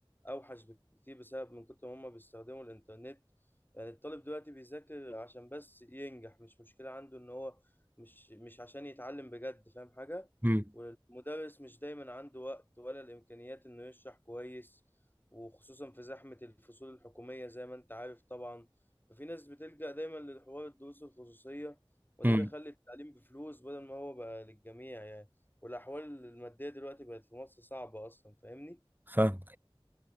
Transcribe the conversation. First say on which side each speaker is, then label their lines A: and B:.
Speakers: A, on the left; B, on the right.
A: اوحش بكتير بسبب من كتر ما هم بيستخدموا الانترنت يعني الطالب دلوقتي بيذاكر عشان بس ينجح مش مشكلة عنده ان هو مش مش عشان يتعلم بجد فاهم حاجة
B: امم
A: والمدرس مش دايما عنده وقت ولا الامكانيات انه يشرح كويس وخصوصا في زحمة الفصول الحكومية زي ما انت عارف طبعا ففي ناس بتلجأ دايما لحوار الدروس الخصوصية وده
B: امم
A: بيخلي التعليم بفلوس بدل ما هو بقى للجميع يعني والأحوال المادية دلوقتي بقت في مصر صعبة أصلا فاهمني؟
B: فاهم